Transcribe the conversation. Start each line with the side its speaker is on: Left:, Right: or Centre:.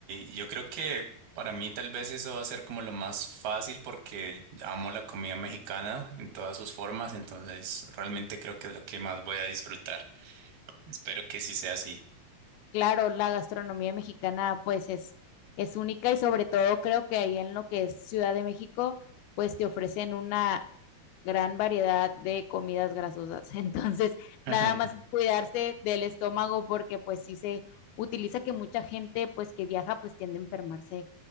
Right: yo creo que para mí tal vez eso va a ser como lo más fácil porque amo la comida mexicana en todas sus formas, entonces realmente creo que es lo que más voy a disfrutar. Espero que sí sea así.
Left: Claro, la gastronomía mexicana pues es, es única y sobre todo creo que ahí en lo que es Ciudad de México pues te ofrecen una gran variedad de comidas grasosas. <laughs> Entonces,
Right: <laughs>
Left: nada más es cuidarse del estómago porque pues sí se utiliza que mucha gente pues que viaja pues tiende a enfermarse